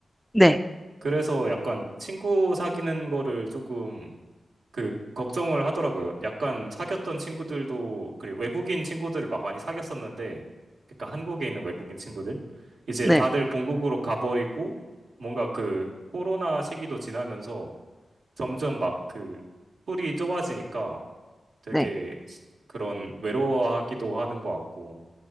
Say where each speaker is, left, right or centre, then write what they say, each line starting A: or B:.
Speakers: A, in the centre; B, on the right.
A: 네,
B: 그래서 약간 친구 사귀는 거를 조금 그 걱정을 하더라고요. 약간 사귀었던 친구들도 그리고 외국인 친구들을 막 많이 사귀었었는데, 그러니까 한국에 있는 외국인 친구들 이제
A: 네,
B: 다들 본국으로 가버리고 뭔가 그 코로나 시기도 지나면서 점점 막 그 풀이 좁아지니까 되게
A: 네.
B: 시- 그런 외로워하기도 하는 것 같고